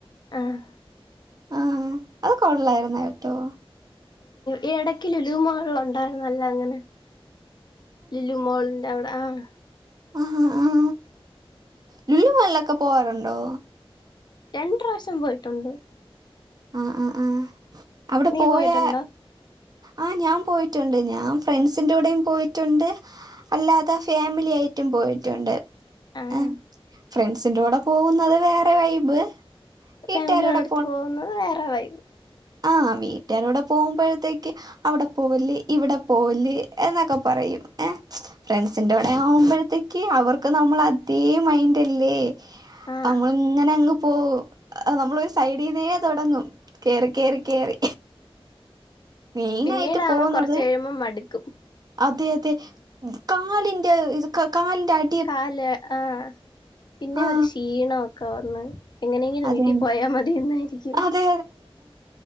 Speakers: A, on the left (about 45°); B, on the right (about 40°).
A: ആഹ്
B: ആഹ് അത് കൊള്ളായിരുന്നേട്ടോ
A: ഈ ഏടയ്ക്ക് ലുലൂമാൾള് ഉണ്ടായിരുന്നല്ലോ അങ്ങനെ ലുലു മോൾൻ്റവടെ ആഹ്
B: ആഹ് ആഹ് ആ ലുലൂ മാൾലൊക്കെ പോവാറുണ്ടോ
A: രണ്ട് പ്രാവശ്യം പോയിട്ടുണ്ട്
B: ആഹ് ആഹ് ആ അവ്ടെ
A: നീ
B: പോയാ
A: പോയിട്ടുണ്ടോ
B: ആ ഞാൻ പോയിറ്റുണ്ട് ഞാൻ ഫ്രണ്ട്സിന്റെ കൂടേം പോയിറ്റ്ണ്ട് അല്ലാതെ ഫാമിലി ഏയിറ്റും പോയിറ്റുണ്ട്
A: ആഹ്
B: ഏഹ് ഫ്രണ്ട്സിന്റെ കൂടെ പോവുന്നത് വേറെ വൈബ് വീട്ടുകാരുടെ
A: ഫാമിലിയോടൊത്ത് പോവുന്നത് വേറെ വൈബ്
B: ആഹ് വീട്ട്യാരോപ്പ പോവുമ്പഴത്തേക്ക് അവടെ പോവല്യേ ഇവിടെ പോവല്യേ എന്നൊക്കെ പറയും ഏഹ് ഫ്രണ്ട്സിന്റൂടെ ആവുമ്പഴത്തേക്ക് അവർക്ക് നമ്മളെ അതേ മൈന്റല്ലേ
A: ആഹ്
B: അമ്മള്ങ്ങനങ്ങ് പോവും നമ്മളൊരു സൈഡീന്നേ തൊടങ്ങും കേറ് കേറി കേറി മെയിനായിട്ട്
A: പിന്നീടാവുമ്പം
B: പോകുന്നത്
A: കൊർച്ചഴിയുമ്പം മട്ക്കും
B: അതെ അതെ കാലിന്റെ ഇത് കാലിന്റെ അട്
A: കാല് ആഹ് പിന്നെ
B: ആ
A: ഒരു ക്ഷീണൊക്കെ വന്ന് എങ്ങെനെങ്കിലും
B: അതെ
A: വീട്ടി പോയാ മതീന്നായിരിക്ക്യും
B: അതെ